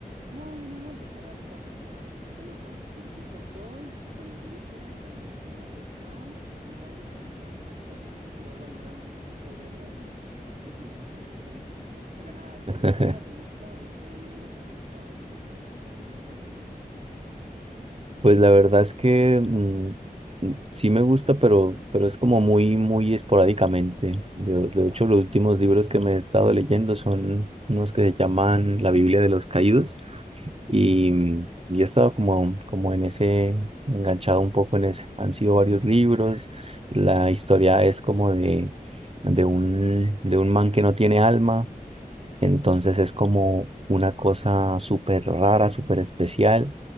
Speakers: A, on the right; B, on the right.
A: No, no, no, de hecho Rhaenyra pues no, solo con Sir Christian Cole, por lo que yo sé, con el señor Strong y luego con, con sus esposos, ¿no? Pero bueno, realmente pues pobre Rhaenyra, X, XD, ¿no? <laughs> Pero nada, ¿qué
B: <laughs>
A: otra saga te gusta o qué libros te gusta o no sueles pasar tu tiempo leyendo?
B: Pues la verdad es que mm, mm, sí me gusta, pero, pero es como muy, muy esporádicamente. De, de hecho, los últimos libros que me he estado leyendo son unos que se llaman La Biblia de los Caídos y, mm, y he estado como, como en ese, enganchado un poco en ese. Han sido varios libros. La historia es como de, de un, de un man que no tiene alma, entonces es como una cosa súper rara, súper especial